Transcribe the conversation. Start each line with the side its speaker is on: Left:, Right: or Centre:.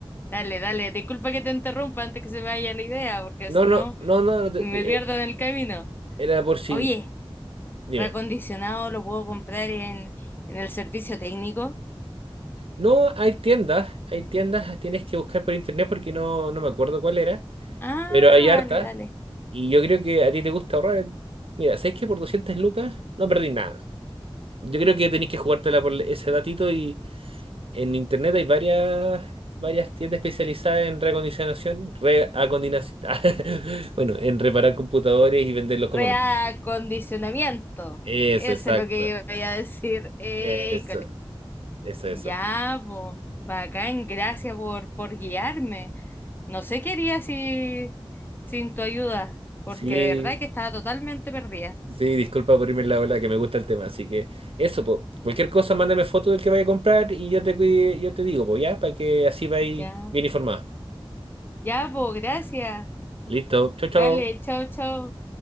Left: dale, dale, disculpa que te interrumpa antes que se me vaya la idea, porque
Right: No,
Left: si
Right: no,
Left: no
Right: no, no, no te-
Left: me
Right: te-
Left: pierdo
Right: eh,
Left: en el camino.
Right: era por si.
Left: Oye,
Right: Dime.
Left: reacondicionado lo puedo comprar en, en el servicio técnico.
Right: No, hay tiendas, hay tiendas, tienes que buscar por internet porque no, no me acuerdo cuál era,
Left: Ah,
Right: pero hay hartas
Left: dale, dale.
Right: y yo creo que a ti te gusta ahorrar. Mira, ¿sabes que por 200 lucas no perdí nada? Yo creo que tenés que jugártela por ese datito y En internet hay varias, varias tiendas especializadas en reacondicionación, reacondinación, <laughs> bueno, en reparar computadores y venderlos como
Left: Reacondicionamiento.
Right: nuevos. Eso,
Left: Eso
Right: exacto.
Left: es lo que iba a decir. Eh,
Right: Eso, eso, eso.
Left: Ya, po, bacán, gracias por, por guiarme. No sé qué haría si, sin tu ayuda, porque
Right: Sí,
Left: de verdad que estaba totalmente perdida.
Right: sí, disculpa por irme en la ola que me gusta el tema, así que eso, po. Cualquier cosa, mándame foto del que vaya a comprar y yo te cuide- yo te digo, pues ya, para que así vayas
Left: Ya,
Right: bien informada.
Left: po, ya, po, gracias.
Right: Listo, chao, chao.
Left: Dale, chao, chao.